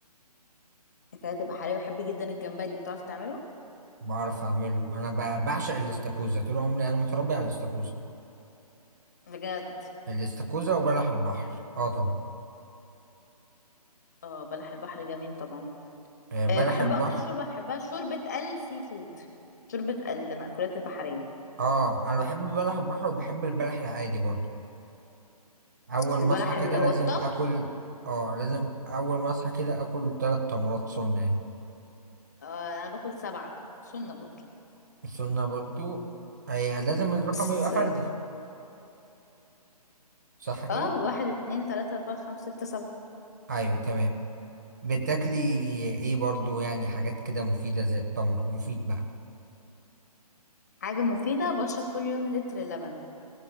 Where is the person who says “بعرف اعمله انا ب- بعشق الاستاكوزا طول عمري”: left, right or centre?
Right